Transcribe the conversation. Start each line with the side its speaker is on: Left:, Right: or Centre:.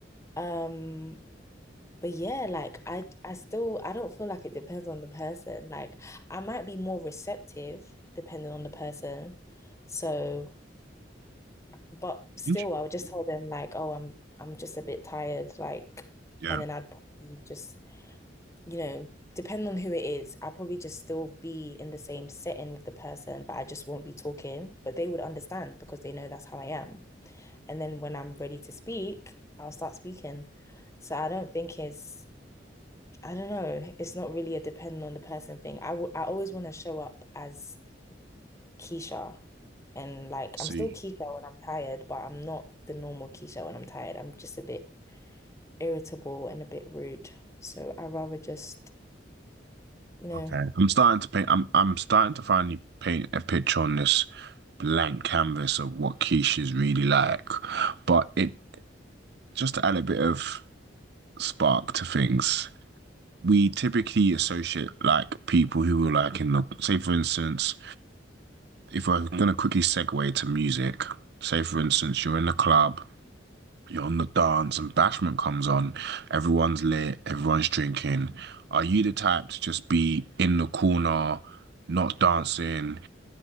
Left: Um But yeah, like I I still I don't feel like it depends on the person. Like I might be more receptive depending on the person. So, but still
Right: Int-
Left: I would just tell them like, "Oh, I'm I'm just a bit tired." Like
Right: Yeah,
Left: and then I'd probably just, you know, depending on who it is, I'll probably just still be in the same setting with the person, but I just won't be talking, but they would understand because they know that's how I am. And then when I'm ready to speak, I'll start speaking. So I don't think it's I don't know. It's not really a dependent on the person thing. I w- I always want to show up as Keisha. And like,
Right: see.
Left: I'm still Keisha when I'm tired, but I'm not the normal Keisha when I'm tired. I'm just a bit irritable and a bit rude. So I rather just, you know,
Right: Okay. I'm starting to paint I'm I'm starting to finally paint a picture on this blank canvas of what Keisha's really like. But it just to add a bit of spark to things. we typically associate like people who are like in the say for instance if we're gonna quickly segue to music say for instance you're in the club you're on the dance and bashment comes on everyone's lit everyone's drinking are you the type to just be in the corner not dancing